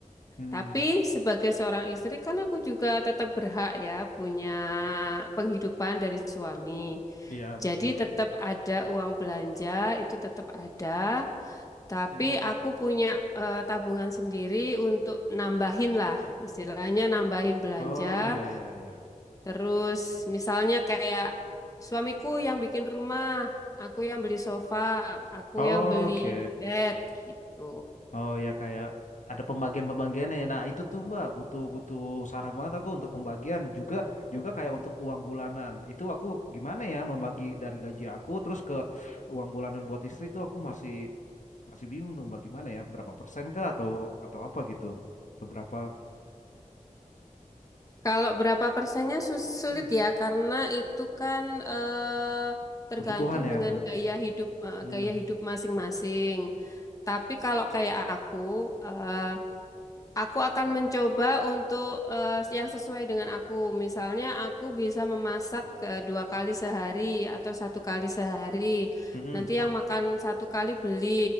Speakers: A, on the left; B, on the left.
A: Hmm,
B: Tapi sebagai seorang istri kan aku juga tetap berhak ya punya penghidupan dari suami.
A: iya
B: Jadi
A: betul.
B: tetap ada uang belanja, itu tetap ada. Tapi
A: Mm.
B: aku punya eh, tabungan sendiri untuk nambahin lah, istilahnya nambahin belanja
A: Oh iya iya iya.
B: Terus misalnya kayak suamiku yang bikin rumah, aku yang beli sofa, aku
A: Oh,
B: yang beli
A: oke.
B: bed gitu.
A: Oh ya kayak ada pembagian-pembagiannya. ya. Nah itu tuh Mbak butuh butuh saran banget aku untuk pembagian juga juga kayak untuk uang bulanan. Itu aku gimana ya membagi dari gaji aku terus ke uang bulanan buat istri itu aku masih masih bingung tuh Mbak gimana ya berapa persen kah atau atau apa gitu atau berapa
B: Kalau berapa persennya sus- sulit
A: hmm,
B: ya karena itu kan eh, tergantung
A: kebutuhan ya
B: dengan
A: terus.
B: gaya hidup eh,
A: Hmm,
B: gaya hidup masing-masing. Tapi kalau kayak aku eh, Aku akan mencoba untuk eh, yang sesuai dengan aku. Misalnya aku bisa memasak eh, dua kali sehari atau satu kali sehari.
A: mm-mm,
B: Nanti yang makan satu kali beli.